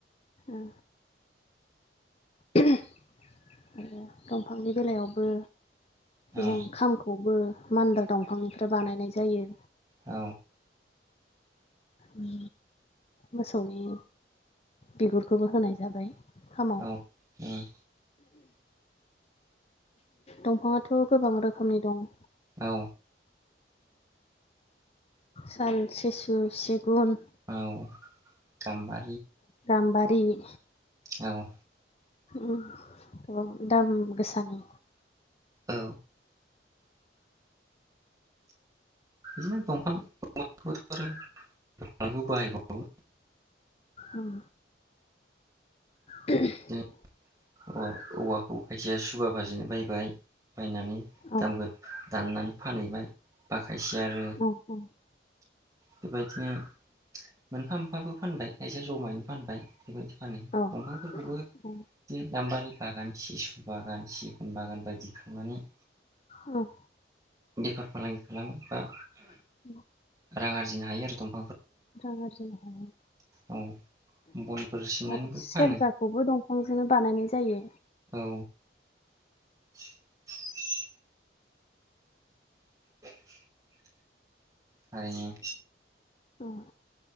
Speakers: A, on the left; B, on the right.
A: औ। आरो दंफांनि बेलायावबो
B: औ
A: जों खामखौबो। मान्दार दंफांनिफ्राय बानायनाय जायो।
B: औ।
A: उम मोसौनि बिगुरखौबो होनाय जाबाय। खामाव
B: औ उम।
A: दंफाङाथ' गोबां रोखोमनि दं।
B: औ।
A: साल सिसु सिगुन।
B: औ गामबा
A: गामबारि दैनि
B: नंगौ।
A: उम गोबां दाम गोसानि।
B: औ। बिदिनो दंफां दंफांफोर आरो बाहायबावो
A: उम <unintelligible>
B: बिदिनो औ औवाखौ खायसेया सुबा बाजेनो बायबाय बायनानै
A: औ
B: दानगोन दाननानै फानहैबाय बा खायसे आरो
A: औ औ
B: बेबायदिनो मोनफा मोनफाबो फानबाय खायसे जमायैनो फानबाय बेबायदि फानो
A: औ
B: दंफांफोरखौबो बिदि
A: औ
B: गाम्बारि बागान सिसु बागान सिगुन बागान बायदि खालामनानै
A: उम
B: बेफार फालांगि खालामो बा
A: <inaudible>
B: रां आरजिनो हायो आरो दं
A: रां आरजिनो हायो
B: औ बनफोर सिननानैबो
A: आरो सेरजाखौबो
B: फानो
A: दंफांजोंनो बानायनाय जायो
B: औ <unintelligible> <inaudible> थारैनो
A: उम